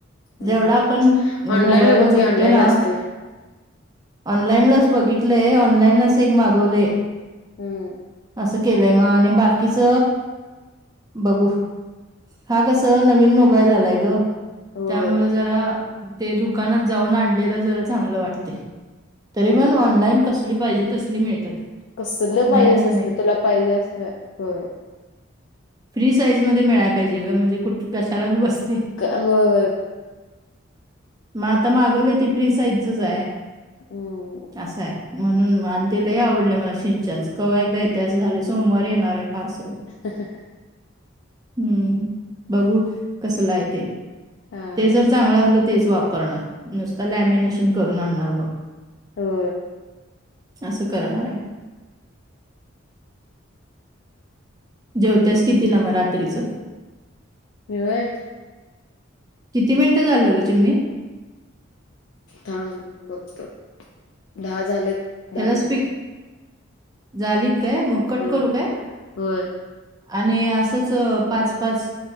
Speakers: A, on the left (about 65°); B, on the right (about 20°).
A: हम्म
B: जेवढा आपण
A: ऑनलाईन
B: मोबाईल ला
A: बघ
B: जपतोय
A: की ऑनलाईन
B: ना,
A: ला असते.
B: ऑनलाईन लाच बघितलेय, ऑनलाईन लाच एक मागवले.
A: हम
B: असं केलंय मग आणि बाकीच. बघू हा कस नवीन मोबाईल आलाय ग.
A: होय
B: त्यामुळ जरा ते दुकानात जाऊन आणलेलं जरा चांगलं वाटते. तरी
A: हम्म
B: पण ऑनलाइन कसली पाहिजे तसली मिळतात.
A: कसलं
B: नाही
A: पाहिजे
B: असं
A: तस
B: नाही
A: तर तुला पाहिजे अस हो.
B: फ्री साईज मध्ये मिळायला पाहिजे ग म्हणजे कुठ कशालाी बसते.
A: हो हो.
B: मग आता मागवले ती फ्री साइजचच आहे
A: हम्म
B: असं आहे. म्हणून आणि तिलाही आवडलं मला सिंचनच कव्हा एकदा इतिहास झाले सोमवार येणार आहे पार्सल
A: ह.
B: हम्म बघू कसलाय ते
A: हा
B: ते जर चांगलं असलं तेच वापरणार नुसत लॅमिनेशन करून आणणार मग
A: हो.
B: असं करणार आहे. जेवत्यास किती ला म रात्रीच
A: ववय.
B: किती मिनिटं झालं ग तुम्ही?
A: थांब बघत दहा झालेत. दहा
B: हॅलो
A: मिनिटं
B: स्पी झालीत काय मग कट
A: होय
B: करू काय?
A: होय.
B: आणि असंच पाच पाच